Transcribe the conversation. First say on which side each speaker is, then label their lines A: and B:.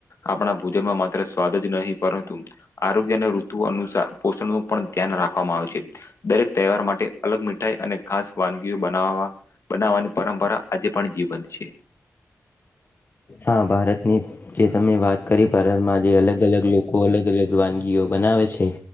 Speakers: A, on the left; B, on the left.
A: આપણા ભોજનમાં માત્ર સ્વાદ જ નહીં પરંતુ આરોગ્ય અને ઋતુ અનુસાર પોષણ પણ. ધ્યાન રાખવામાં આવે છે. દરેક તહેવાર માટે અલગ મીઠાઈ અને ખાસ વાનગી બનાવવા બનાવવાની પરંપરા આજે પણ જીવંત છે.
B: હા, ભારતની જે તમે વાત કરી ભારત માં જે અલગ-અલગ લોકો અલગ-અલગ વાનગીઓ બનાવે છે,